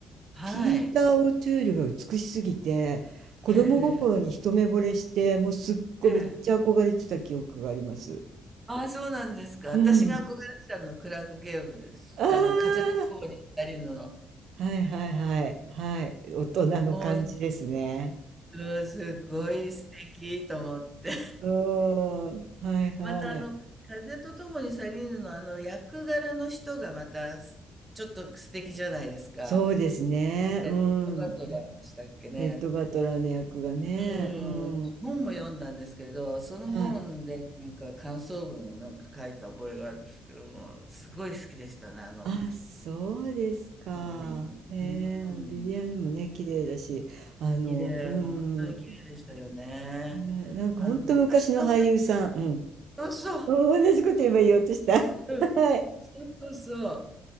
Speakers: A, on the right (about 20°); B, on the right (about 75°).
A: はい。
B: ピーター・オチュールが美しすぎて、子供心に一目惚れして、
A: ええ、え
B: もうすっごいめっちゃ憧れてた記憶があります。
A: え、ええ。ああ、そうなんですか。私が憧れてたのはクラーク・
B: うん。
A: ゲーブルです。
B: ああ、
A: あの、風と共に二人の。
B: はいはいはい、はい、大人の感じですね。
A: もうす、うんすごい素敵と思って。
B: うん、はいはい。
A: またあの、風とともに去りぬのあの役柄の人がまたすちょっと素敵じゃないですか。
B: そうですね。
A: レッドバトラーでしたっけね。
B: うん。レッド・バトラーの役がね。
A: うん、
B: うん。
A: 私本も読んだんですけど、その本でなんか感想文なんか書いた覚えがあるんですけども、
B: はい。
A: すごい好きでしたね、あの
B: あ、そうですか。
A: ストーリーも。
B: へえ、
A: うん、
B: あのビビアンにもね、綺麗だし、あの、
A: 綺麗、
B: うん。
A: もう本当に綺麗でしたよね。
B: ね、なんか本当昔の俳優さん。
A: あの昔の、
B: うん。
A: そうそう、
B: <laughs> 同じこと今言おうとした。<laughs>
A: うん、
B: はい。
A: そうそうそう。